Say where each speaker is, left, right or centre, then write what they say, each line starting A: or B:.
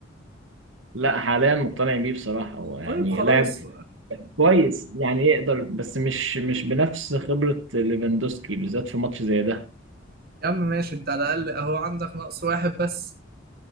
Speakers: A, on the right; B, on the right.
A: لا حاليا مقتنع بيه بصراحة هو يعني
B: طيب خلاص
A: لاعب كويس يعني يقدر بس مش مش بنفس خبرة ليفاندوسكي بالذات في ماتش زي ده
B: يا عم ماشي انت على الأقل اهو عندك نقص واحد بس